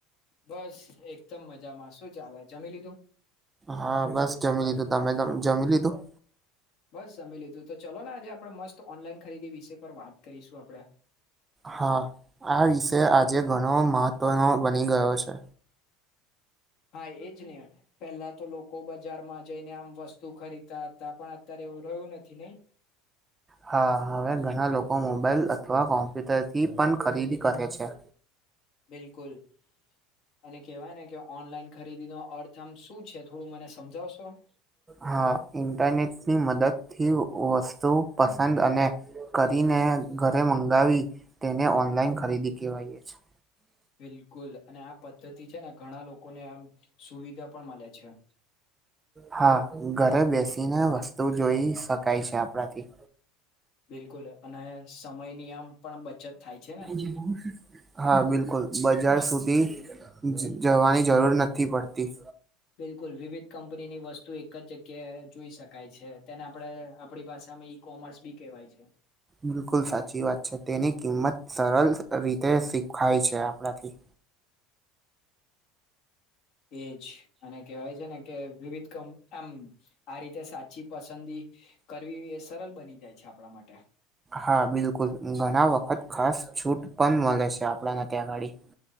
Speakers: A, on the left; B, on the right.
A: બસ એકદમ મજામાં શું ચાલે જમી લીધું
B: હા બસ જમી લીધું તમે જમી લીધું
A: બસ જમી લીધું તો ચલો ને આજે આપડણે મસ્ત ઓનલાઈન ખરીદી વિશે પર વાત કરીશું આપડણે
B: હા આ વિષય આજે ઘણો મહત્વનો બની ગયો છે
A: હા એજ ને પેલા તો લોકો બજારમાં જઈને આમ વસ્તુ ખરીદતા હતા પણ અત્યારે એવું રહ્યું નથી નહી
B: હા હવે ઘણા લોકો મોબાઈલ અથવા કોમ્પ્યુટરથી પણ ખરીદી કરે છે
A: બિલકુલ અને કહેવાય ને કે ઓનલાઈન ખરીદી નો અર્થ આમ શું છે થોડું મને સમજાવશો
B: હા ઇન્ટરનેટની મદદથી વસ્તુ પસંદ અને કરીને ઘરે મંગાવી તેને ઓનલાઈન ખરીદી કવાય છે
A: બિલકુલ અને આ પદ્ધતિ છે ને ઘણા લોકોને આમ સુવિધા પણ મળે છે
B: હા ઘરે બેસીને વસ્તુ જોઈ શકાય છે આપણાથી
A: બિલકુલ અને સમયની આમ પણ બચત થાય છે ને
B: <inaudible> હા બિલકુલ બજાર સુધી જવાની જરૂર નથી પડતી
A: બિલકુલ વિવિધ કંપનીની વસ્તુ એક જ જગ્યાએ જોઈ શકાય છે તેને આપણે આપણી ભાષામાં એક કોમર્સ બી કહેવાય છે
B: બિલકુલ સાચી વાત છે તેની કિંમત સરળ રીતે શીખાય છે આપણાથી
A: એજ અને કહેવાય છે ને કે વિવિધ કમ આમ આ રીતે સાચી પસંદગી કરવી એ સરળ બની જાય છે આપણા માટે
B: હા બિલકુલ ઘણા વખત ખાસ છૂટ પણ મળે છે આપણાને ત્યાં અગાડી